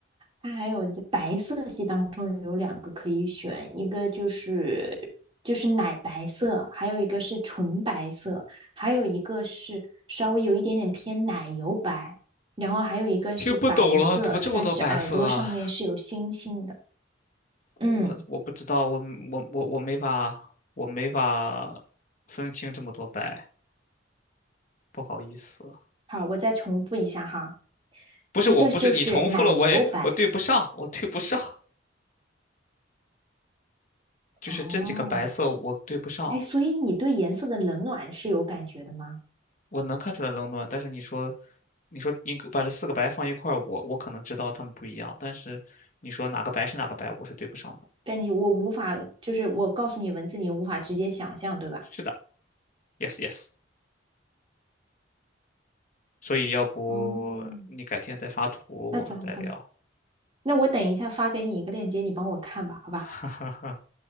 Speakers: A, on the right; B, on the left.
A: 它还有白色系当中有两个可以选，一个就是就是奶白色，还有一个是纯白色，还有一个是稍微有一点点偏奶油白，然后还有一个是白色，
B: 听不懂了，怎么这么多白色啊？
A: 但是耳朵上面是有星星的。嗯，
B: 我我不知道，我我我我没法，我没法分清这么多白，不好意思。
A: 好，我再重复一下哈，
B: 不是，
A: 一个就是奶油白。
B: 我不是你重复了，我也我对不上，我对不上，就是这几个白色我对不上，
A: 哦，哎，所以你对颜色的冷暖是有感觉的吗？
B: 我能看出来冷暖，但是你说，你说你把这四个白放一块儿，我我可能知道它们不一样，但是你说哪个白是哪个白，我是对不上的。
A: 但你我无法，就是我告诉你文字，你无法直接想象，对吧？
B: 是的，yes yes，所以要不你改天再发图，
A: 嗯，那咋办？
B: 我们再聊。
A: 那我等一下发给你一个链接，你帮我看吧，好吧？
B: <laughs> 哈哈哈，